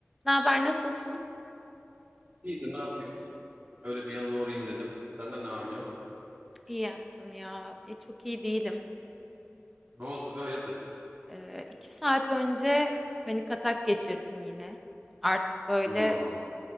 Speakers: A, in the centre; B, on the right (about 45°).
A: Ne haber, nasılsın?
B: İyidir ne yapayım? Öyle bir yanına uğrayayım dedim. Senden ne var ne yok?
A: İyi yaptın ya. E, çok iyi değilim.
B: Ne oldu be hayırdır?
A: Ee, iki saat önce panik atak geçirdim yine. Artık böyle
B: Hmm.